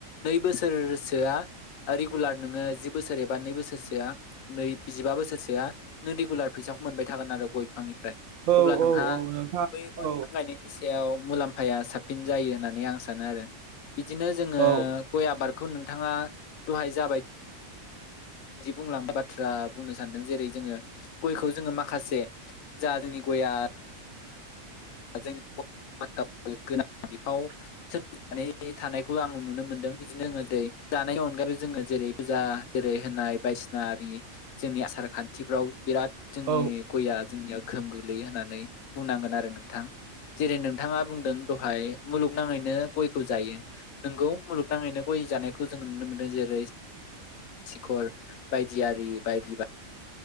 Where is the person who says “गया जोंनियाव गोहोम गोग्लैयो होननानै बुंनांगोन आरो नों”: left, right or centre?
Left